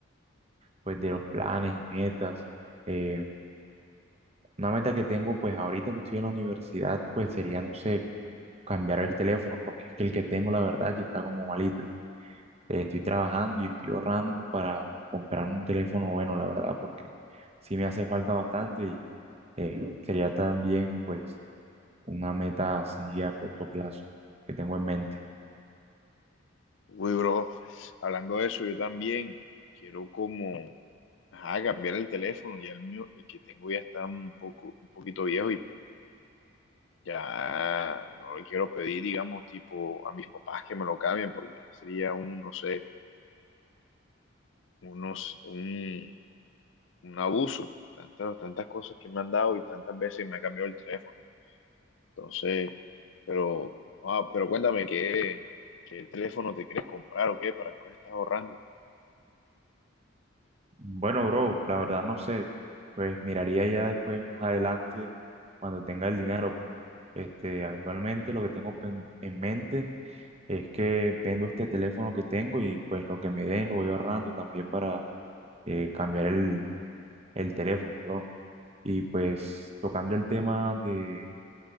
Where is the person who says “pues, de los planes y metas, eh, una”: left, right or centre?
Right